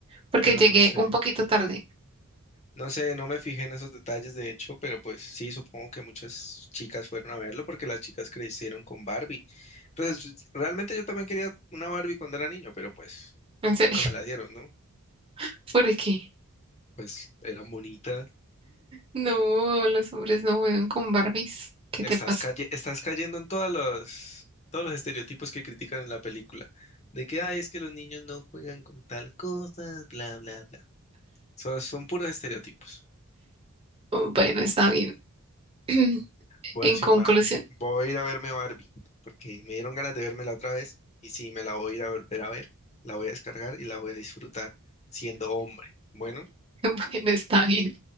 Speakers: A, on the right; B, on the left.
A: Porque
B: pero
A: llegué
B: no sé.
A: un poquito tarde,
B: No sé, no me fijé en esos detalles, de hecho, pero pues sí, supongo que muchas chicas fueron a verlo porque las chicas crecieron con Barbie. Pues realmente yo también quería una Barbie cuando era niño, pero pues
A: en serio,
B: nunca me la dieron, ¿no?
A: <laughs> porque
B: Pues era bonita
A: no, los hombres no juegan con Barbies. ¿Qué
B: Estás
A: te pasa?
B: calle- estás cayendo en todos los, todos los estereotipos que critican en la película. De que, ay, es que los niños no juegan con tal cosa, bla, bla, bla. So- son puros estereotipos.
A: Bueno, está bien. <clears throat>
B: Bueno,
A: En
B: Xiomara,
A: conclusión.
B: voy a ir a verme Barbie, porque me dieron ganas de vermela otra vez. Y sí, me la voy a ir a volver a ver, la voy a descargar y la voy a disfrutar siendo hombre. Bueno,
A: <laughs> Bueno, está bien.